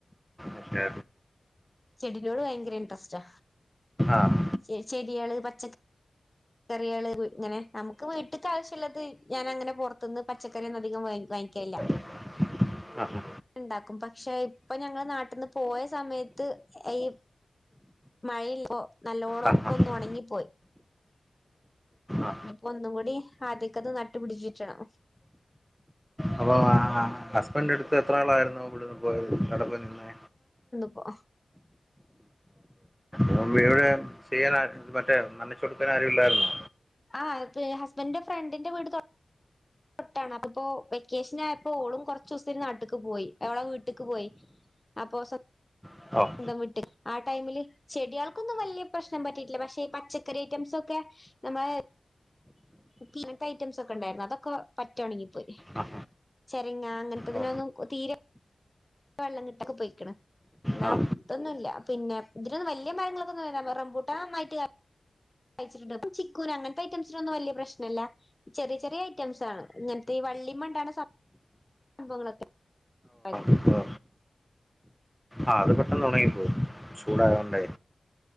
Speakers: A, in the centre; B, on the left (about 20°).
A: ഓക്കെ
B: ചെടിനോട് പയങ്കര ഇൻട്രസ്റ്റാ
A: ആഹ്
B: ഈ ചെടികള് പച്ച- കറികള് ഇങ്ങനെ നമുക്ക് വീട്ടക്കാവശ്യള്ളത് ഞാൻ അങ്ങനെ പൊറത്തുനിന്ന് പച്ചക്കറിയൊന്നും അധികം വ വാങ്ങിക്കയില്ല.
A: <inaudible> ആഹാ
B: ഇണ്ടാക്കും പക്ഷെ ഇപ്പൊ ഞങ്ങള് നാട്ടീന്ന് പോയ സമയത്ത് എയ് മഴല്ല ഓ നല്ലോണം
A: ആ ആ
B: ഒക്കൊന്ന് ഒണങ്ങിപ്പോയ്
A: ആ
B: ഇനിയിപ്പോ ഒന്നുകൂടി ആദ്യക്കത് നട്ടു പിടിച്ചിട്ടണോ
A: അപ്പൊ ആഹാ ഹസ്ബൻഡടുത്ത് എത്ര നാളാരുന്നു ഇവിടുന്ന് പോയത് അടപോയ്നിന്നെ
B: പോ
A: മുമ്പിവടെ ചെയ്യാനാ മറ്റേ നനച്ച് കൊടുക്കാൻ ആരുവില്ലാരുന്നോ
B: ആ പ് ഹസ്ബൻഡന്റെ ഫ്രണ്ടിന്റെ വീട് തൊ- തൊട്ടാണ് അപ്പോ വെക്കേഷനായപ്പോ ഓളും കൊറച്ചൂസത്തേന് നാട്ടിക്ക് പോയ് എവടെ വീ- ട്ടിക്ക്പ്പോയ് അപ്പൊ
A: ഓഹ്
B: സ്വന്തം വിട്ടി ആ ടൈമില് ചെടിയൾക്കൊന്നും വല്ല്യ പ്രശ്നം പറ്റീട്ടില്ല പക്ഷെ പച്ചക്കറി ഐറ്റംസൊക്കെ നമ്മളെ ഇങ്ങനത്തെ ഐറ്റംസൊക്കെ ഒണ്ടാരുന്നു അതൊക്കെ പറ്റെ ഒണങ്ങി പോയ്
A: ആ
B: ചരങ്ങാ അങ്ങനത്തതിനൊന്നും
A: ഓ
B: തീരെ വെള്ളം കിട്ടൊക്കെ പോയ്ക്കണ് എന്നാ
A: ആ
B: ഇതൊന്നും ഇല്ലാ പിന്നെ ഇതില് വല്യാ മരങ്ങളൊക്കെ ഒന്നുവരാ റംമ്പൂട്ടാനൊന്നായിട്ടില്ലാ കഴിച്ചിട്ടുണ്ട് പ്പൂ ചിക്കൂനങ്ങനത്തെ ഐറ്റംസിനൊന്നും ഒന്നും വല്ല്യ പ്രശ്നല്ല ചെറിയ ചെറിയ ഐറ്റംസ്സാണ് ഇങ്ങനത്തെ ഈ വള്ളിമണ്ടാണ് സാ സംഭവങ്ങളൊക്കെ അതെ
A: ഇപ്പാ ആഹ് അത് പെട്ടെന്നുണങ്ങിപ്പോവും ചൂടായോണ്ടേ